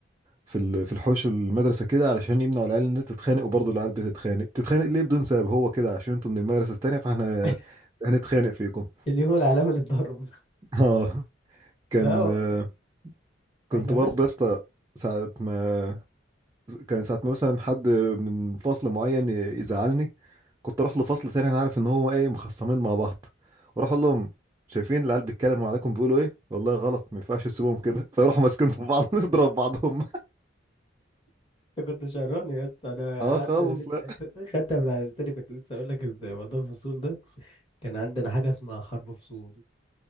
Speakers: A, on the right; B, on the left.
A: في ال في الحوش المدرسة كده علشان يمنعوا العيال إنها تتخانق وبرضه العيال بتتخانق تتخانق ليه بدون سبب هو كده عشان انتوا من المدرسة التانية فاحنا
B: <laughs>
A: هنتخانق فيكم
B: اليوم العالمي للضرب
A: <laughs> اه كان
B: لا هو-
A: آه، كنت
B: احنا
A: برضه
B: بس
A: يا اسطى ساعة ما كان ساعة ما مثلا حد من فصل معين ي- يزعلني كنت اروح لفصل تاني انا عارف ان هو ايه مخصمين مع بعض واروح اقول لهم شايفين العيال بيتكلموا عليكم بيقولوا ايه والله غلط ما ينفعش تسيبوهم كده
B: <laughs>
A: <laughs> فيروحوا ماسكين في بعض <laughs> نضرب بعضهم
B: انت كنت شراني يا اسطى انا
A: اه خالص
B: عندنا لسه
A: لا
B: انت خدتها من على لساني كنت لسه اقول لك إن موضوع الفصول ده كان عندنا حاجه اسمها حرب فصول